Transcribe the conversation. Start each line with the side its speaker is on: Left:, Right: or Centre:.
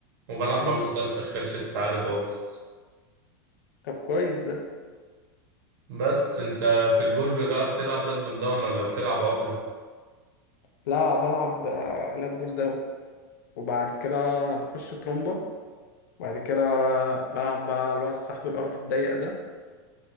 Right: وبلعب
Left: مم.
Right: برضه تلات أشكال شيست عادي خالص
Left: طب كويس ده
Right: بس أنت في البول بقى بتلعب لات بول داون ولا بتلعب عقلة؟
Left: لا بلعب آه، لات بول داون وبعد كده بخش ترومبا وبعد كده بلعب بقى اللي هو السحب الأرض الضيق ده